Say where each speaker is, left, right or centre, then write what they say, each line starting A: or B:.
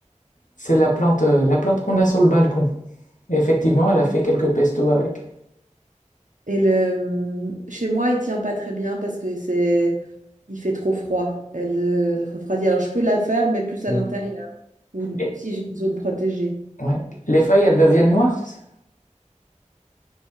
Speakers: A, on the left; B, on the right.
A: c'est la plante, euh, la plante qu'on a sur le balcon. Et effectivement, elle a fait quelques pestos avec.
B: Et le, chez moi, il tient pas très bien parce que c'est, il fait trop froid. Elle euh, elle refroidit. Alors, je peux la faire, mais plus à
A: Mm.
B: l'intérieur ou
A: Et,
B: si j'ai une zone protégée.
A: ouais. Les feuilles, elles deviennent noires? c'est ça